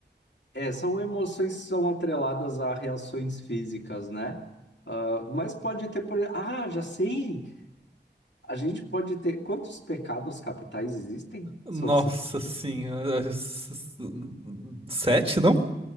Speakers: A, on the left; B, on the right.
A: é, são emoções que são atreladas a reações físicas, né? Ah, mas pode ter, por... ah, já sei! A gente pode ter. Quantos pecados capitais existem?
B: Nossa
A: São cinco.
B: senhora. é s- s- Sete, não?